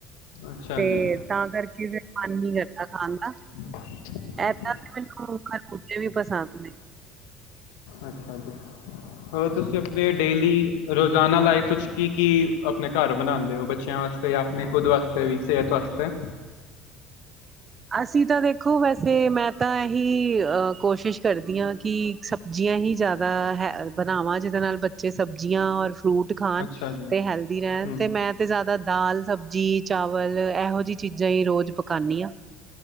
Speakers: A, on the left; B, on the right.
A: ਅੱਛਾ
B: ਤੇ,
A: ਜੀ
B: ਤਾਂ ਕਰਕੇ ਫਿਰ ਮਨ ਨਹੀਂ ਕਰਦਾ ਖਾਣ ਦਾ।
A: ਹ
B: <unintelligible> ਪਸੰਦ ਨੇ।
A: ਅੱਛਾ ਜੀ, ਹੋਰ ਤੁਸੀਂ ਆਪਣੇ ਡੇਲੀ ਰੋਜ਼ਾਨਾ ਲਾਈਫ ਵਿੱਚ ਕੀ ਕੀ ਆਪਣੇ ਘਰ ਬਣਾਉਦੇ ਹੋ ਬੱਚਿਆਂ ਵਾਸਤੇ ਜਾਂ ਆਪਣੇ ਖੁਦ ਵਾਸਤੇ ਵੀ ਸਿਹਤ ਵਾਸਤੇ
B: ਅਸੀਂ ਤਾਂ ਦੇਖੋ ਵੈਸੇ ਮੈਂ ਤਾਂ ਇਹੀ ਅ ਕੋਸ਼ਿਸ਼ ਕਰਦੀ ਹਾਂ ਕਿ ਸ ਸਬਜ਼ੀਆਂ ਹੀ ਜ਼ਿਆਦਾ ਹੈ ਬਣਾਵਾਂ ਜਿਹਦੇ ਨਾਲ ਬੱਚੇ ਸਬਜ਼ੀਆਂ ਔਰ ਫਰੂਟ ਦੀਖਾਣ
A: ਅੱਛਾ ਜੀ
B: ਤੇ ਹੈਲਦੀ ਰਹਿਣ
A: ਹੂੰ
B: ਤੇ ਮੈਂ ਅਤੇ ਜ਼ਿਆਦਾ ਦਾਲ ਸਬਜ਼ੀ ਚਾਵਲ ਇਹੋ ਜਿਹੀ ਚੀਜ਼ਾਂ ਹੀ ਰੋਜ਼ ਪਕਾਉਂਦੀ ਹਾਂ